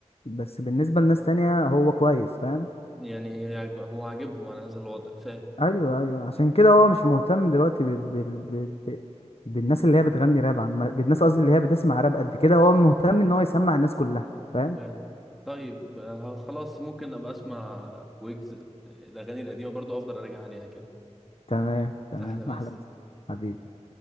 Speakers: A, on the left (about 55°); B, in the centre.
A: بس بالنسبة لناس تانية هو كويس فاهم
B: يعني هي عاجب- هو عاجبهم على هذا الوضع فاهم
A: ايوه ايوه عشان كده هو مش مهتم دلوقتي بال... بال... بال... بال- بالناس اللي هي بتغني راب عم بالناس قصدي اللي هي بتسمع راب قد كده هو مهتم ان هو يسمع الناس كلها فاهم
B: فاهم. طيب آه، خلاص ممكن ابقى اسمع ويجز الاغاني القديمة برضو افضل اراجع عليها كده
A: تمام تمام
B: احلى مسا
A: احلى مسا. حبيبي